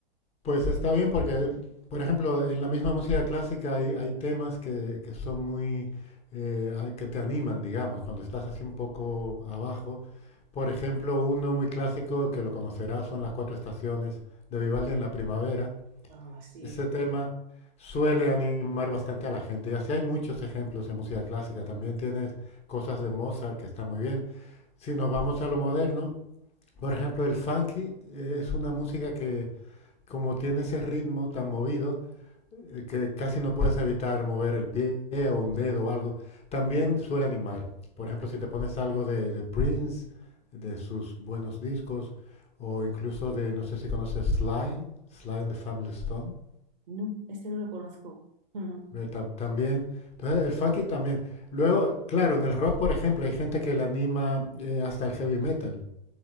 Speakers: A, on the left; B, on the right.
A: Pues está bien porque, por ejemplo, en la misma música clásica hay, hay temas que, que son muy, eh, ah, que te animan, digamos, cuando estás así un poco abajo. Por ejemplo, uno muy clásico que lo conocerás son las cuatro estaciones de Vivaldi en la primavera.
B: Ah, sí.
A: Ese tema suele animar bastante a la gente. Y así hay muchos ejemplos en música clásica. También tienes cosas de Mozart que están muy bien. Si nos vamos a lo moderno, por ejemplo, el funky eh, es una música que, como tiene ese ritmo tan movido, eh, que casi no puedes evitar mover el pie o un dedo o algo, también suele animar. Por ejemplo, si te pones algo de, de Prince, de sus buenos discos, o incluso de, no sé si conoces Sly, Sly and the Family Stone.
B: No, este no lo conozco. Ujú.
A: Eh, tam- También, entonces el funky también. Luego, claro, en el rock, por ejemplo, hay gente que le anima eh, hasta el heavy metal,